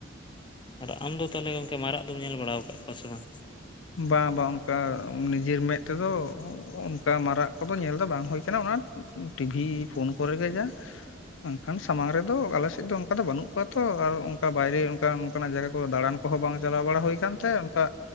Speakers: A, on the left; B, on the left.
A: ᱟᱨ ᱟᱢ ᱫᱚ ᱛᱟᱦᱚᱞᱮ ᱜᱚᱝᱠᱮ ᱢᱟᱨᱟᱜ ᱫᱚᱢ ᱧᱮᱞ ᱵᱟᱲᱟᱣ ᱠᱟᱜ ᱠᱚᱣᱟ ᱥᱮ ᱵᱟᱝ?
B: ᱵᱟ ᱵᱟ ᱚᱱᱠᱟ ᱱᱤᱡᱮᱨ ᱢᱮᱫ ᱛᱮᱫᱚ ᱚᱱᱠᱟ ᱢᱟᱨᱟᱜ ᱠᱚᱫᱚ ᱧᱮᱞ ᱫᱚ ᱵᱟᱝ ᱦᱩᱭ ᱠᱟᱱᱟ, ᱚᱱᱟ ᱴᱤᱵᱷᱤ ᱯᱷᱳᱱ ᱠᱚᱨᱮ ᱜᱮ ᱡᱟ᱾ ᱟᱝᱠᱷᱟᱱ ᱥᱟᱢᱟᱝ ᱨᱮᱫᱚ ᱟᱞᱮ ᱥᱮᱡ ᱫᱚ ᱚᱱᱠᱟ ᱫᱚ ᱵᱟᱹᱱᱩᱜ ᱠᱚᱣᱟ ᱛᱚ ᱟᱨ ᱚᱝᱠᱟ ᱵᱟᱭᱨᱮ ᱚᱝᱠᱟᱱ ᱚᱱᱠᱟᱱᱟᱜ ᱡᱟᱭᱜᱟ ᱠᱚᱨᱮ ᱫᱟᱬᱟᱱ ᱠᱚᱦᱚ ᱵᱟᱝ ᱪᱟᱞᱟᱣ ᱵᱟᱲᱟ ᱦᱩᱭ ᱠᱟᱱᱛᱮ ᱚᱱᱠᱟ